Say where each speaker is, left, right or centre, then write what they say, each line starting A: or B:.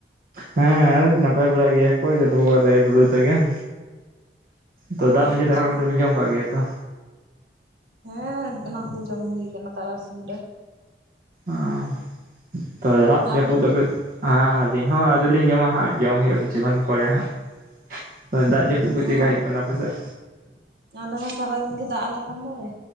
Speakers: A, on the right (about 50°); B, on the right (about 70°).
A: ᱦᱮᱸ ᱱᱟᱯᱟᱭ ᱵᱟᱲᱟ ᱜᱮᱭᱟ ᱠᱚ ᱡᱚᱛᱚ ᱠᱚᱣᱟᱜ ᱫᱟᱭᱟ ᱫᱩᱞᱟᱹᱲ ᱛᱮᱜᱮ ᱾ ᱛᱚ ᱫᱟᱜ ᱢᱟᱺᱡᱷᱤ
B: ᱟᱪᱪᱷᱟ᱾
A: ᱫᱟᱠᱟ ᱠᱚᱫᱚ ᱯᱮ ᱡᱚᱢ ᱠᱟᱜ ᱜᱮᱭᱟ ᱛᱚ?
B: ᱦᱮᱸᱻ, ᱚᱱᱟ ᱠᱚ ᱫᱚ ᱡᱚᱢ ᱦᱩᱭ ᱠᱟᱱᱟ ᱛᱟᱨᱟᱥᱤᱧ ᱨᱮ᱾
A: ᱚᱸ ᱛᱚ ᱭᱟᱜ ᱡᱟᱯᱩ
B: ᱟᱹᱵᱤᱱ?
A: ᱛᱟᱯᱮ ᱟᱸᱼᱞᱤᱧ ᱦᱚᱸ ᱟᱫᱚ ᱞᱤᱧ ᱡᱚᱢᱟ ᱦᱟᱸᱜ, ᱡᱚᱢ ᱦᱩᱭᱩᱜᱼᱟ ᱠᱤᱪᱷᱩ ᱜᱟᱱ ᱯᱚᱨᱮ ᱦᱟᱸᱜ᱾ ᱚ ᱫᱟᱜ ᱡᱟᱯᱩᱯ ᱠᱚ ᱪᱮᱠᱟ
B: ᱚ
A: ᱦᱩᱭᱩᱜ ᱠᱟᱱᱟ ᱟᱯᱮ ᱥᱮᱜ?
B: ᱟᱞᱮ ᱢᱟ ᱥᱟᱨᱟ ᱫᱤᱱ ᱜᱮ ᱫᱟᱜ ᱟᱞᱮ ᱠᱟᱱ ᱫᱚᱭ,